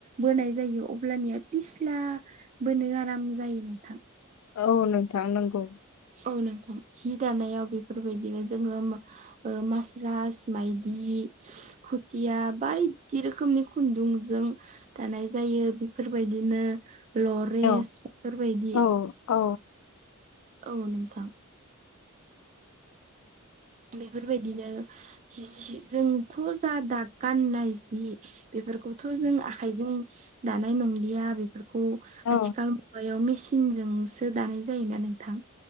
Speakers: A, on the right; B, on the left.
A: बोनाय जायो अब्लानिया फिस्ला बोनो आराम जायो नोंथां।
B: औ नोंथां नोंगौ।
A: औ नोंथां हि दानायाव बेफोरबायदिनो जोङो ओ मासरास मायदि खुथिया बायदि रोखोमनि खुन्दुंजों दानाय जायो बेफोरबायदिनो लरेस
B: औ
A: बेफोरबायदि।
B: औ औ।
A: औ नोंथां। बेफोरबायदिनो <unintelligible> जोंथ' जा दा गाननाय जि बेफोरखौथ' जों आखाइजों दानाय नंलिया बेफोरखौ।
B: औ
A: आथिखाल मुगायाव मेसिनजोंसो दानाय जायोना नोंथां।